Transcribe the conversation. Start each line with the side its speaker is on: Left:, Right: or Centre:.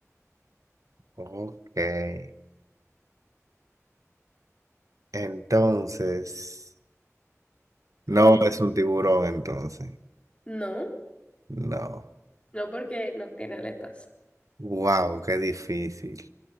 Right: Ok. Entonces... No
Left: ¿Cuál?
Right: es un tiburón entonces.
Left: No.
Right: No.
Left: No porque no tiene aletas.
Right: Wow, qué difícil.